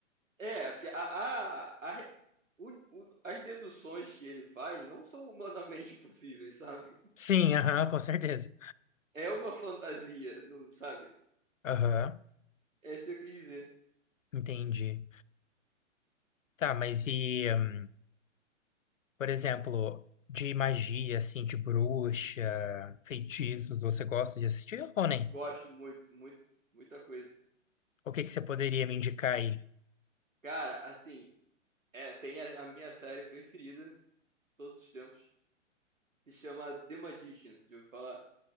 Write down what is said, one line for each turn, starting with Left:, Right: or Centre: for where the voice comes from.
Right: é, porque a, a, a re- o- o- as deduções que ele faz não são humanamente <laughs> possíveis, sabe?
Left: Sim, aham, com certeza.
Right: É uma fantasia, não, sabe?
Left: Aham,
Right: É isso que eu quis dizer.
Left: entendi. Tá, mas e, hum, por exemplo, de magia, assim, de bruxa, feitiços, você gosta de assistir ou nem?
Right: Gosto muito, muito, muita coisa.
Left: O que que você poderia me indicar aí?
Right: Cara, assim, é, tem a a minha série preferida todos os tempos. Se chama The Magicians, já ouviu falar?